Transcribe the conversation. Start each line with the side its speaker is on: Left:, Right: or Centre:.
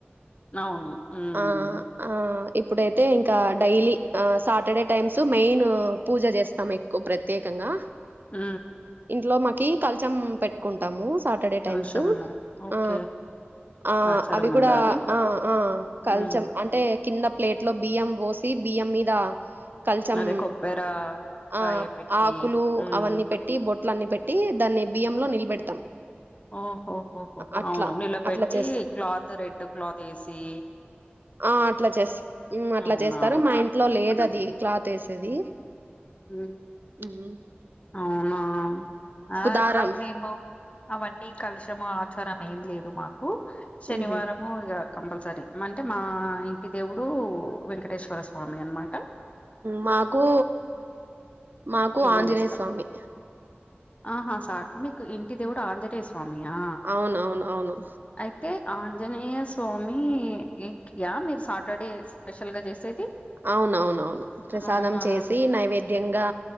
Left: అవును హ్మ్.
Right: ఆ ఆ ఇప్పుడైతే ఇంకా డైలీ ఆ సాటర్డే టైమ్స్ మెయిన్ పూజ చేస్తాం ఎక్కువ ప్రత్యేకంగా
Left: ఊ
Right: ఇంట్లో మాకి కల్చం పెట్టుకుంటాము సాటర్డే
Left: కలశము.
Right: టైమ్స్
Left: ఓకే.
Right: ఆ ఆ
Left: ఆచారం
Right: అవి కూడా
Left: ఉందా అది?
Right: ఆ ఆ కల్చం
Left: హ్మ్.
Right: అంటే కింద ప్లేట్ లో బియ్యం పోసి బియ్యం మీద కల్చం
Left: అదే కొబ్బెరా కాయ
Right: ఆ
Left: పెట్టి
Right: ఆకులు
Left: హ్మ్.
Right: అవన్నీ పెట్టి బొట్ అట్లన్ని పెట్టి దాన్ని బియ్యంలో నిలబెడతాం
Left: ఓహోహోహో
Right: అట్లా
Left: అవును నిలబెట్టి
Right: అట్లా చేస్తాం
Left: క్లాత్ రెడ్ క్లాత్ వేసి
Right: ఆ అట్లా చేస్త మ్ అట్ల
Left: అవునా?
Right: చేస్తారు మా ఇంట్లో లేదది క్లాత్ ఏసేది.
Left: మ్
Right: మ్
Left: అవునా ఆ
Right: దారం
Left: అట్లా మేము అవన్నీ కలషము, ఆచారం ఏం లేదు మాకు. శనివారము
Right: ఉహు
Left: ఇ కంపల్ సరే అంటే మా ఇంటి దేవుడు వెంకటేశ్వర స్వామి అన్నమాట.
Right: మాకు మాకు
Left: క్లీన్
Right: ఆంజనేయ
Left: చేస్తాం
Right: స్వామి
Left: ఆహా సా మీకు ఇంటి దేవుడు ఆజనేయ స్ స్వామియా
Right: అవునవును అవును
Left: అయితే ఆంజనేయ స్ స్వామియా మీరు సాటర్డే స్పెషల్ గా చేసేది?
Right: అవునవునవును ప్రసాదం
Left: అవునా
Right: చేసి నైవేద్యంగా